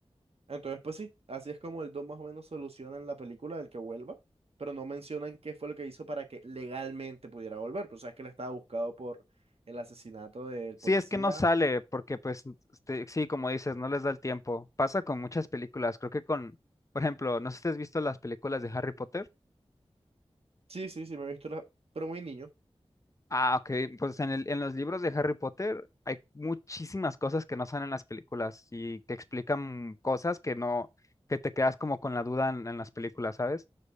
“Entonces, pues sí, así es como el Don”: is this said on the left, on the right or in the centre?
Right